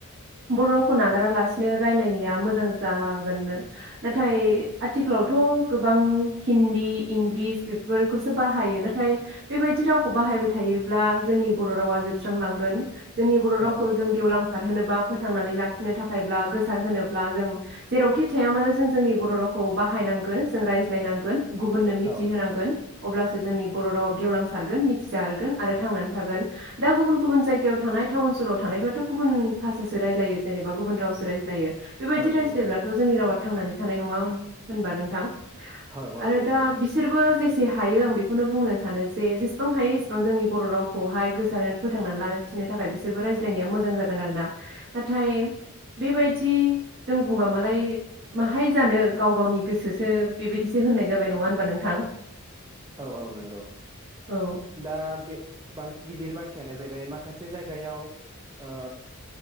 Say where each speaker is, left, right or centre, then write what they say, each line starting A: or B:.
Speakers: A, on the right; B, on the right.
A: बर' रावखौ नागारालासिनो रायलायनाया मोजां जागोननो नाथाय आथिखालावथ' गोबां हिन्दी इंलिस बेफोरखौसो बाहायो नाथाय बेबायदि रावखौ बाहायबाय थायोब्ला जोंनि बर' रावा जोबस्रांलांगोन जोंनि बर' रावखौ
B: औ नंगौ
A: जों गेवलांसार होनोबा फोथांनानै ला नो थाखायब्ला गोसार होनोब्ला जों जेरावखि थाया मानो जों जोंनि बर' रावखौ बाहायनांगोन जों रायज्लायनांगोन गुबुननो मिथिहोनांगोन
B: औ
A: अब्लासो जोंनि बर' रावा गेवलांसारगोन मिथिजारगोन आरो थांनानै थागोन दा गुबुन गुबुन जायगायाव थानाय टाउन सहाव थानायफ्राथ' गुबुन भाषासो रायज्लायो जेनेबा गुबुन रावसो रायज्लायो बेबायदि
B: औ
A: रायज्लायब्लाथ'
B: नंगौ
A: जोंनि रावा थांनानै थानाय नङा होन होनबा नोंथां ।
B: औ औ
A: आरो
B: बेखौनो
A: दा बिसोरबो जेसे हायो आं बेखौनो बुंनो सानो जे जेसेबां हायो इेसेबां जोंनि बर' रावखौहाय गोसार फोथांनानै लाखिनो थाखाय बिसोरबो रायज्लायनाया मोजां जागोन आरो ना नाथाय बेबायदि जों बुंबा मालाय माहाय जानो गाव गावनि गोसोसो बेबायदिसो होननाय जाबाय नङा होनबा नोंथां?
B: औ औ नंगौ ।
A: औ
B: दा बे बांसिन गिदिर बाथ्रा <unintelligible> माखासे जायगायाव ओ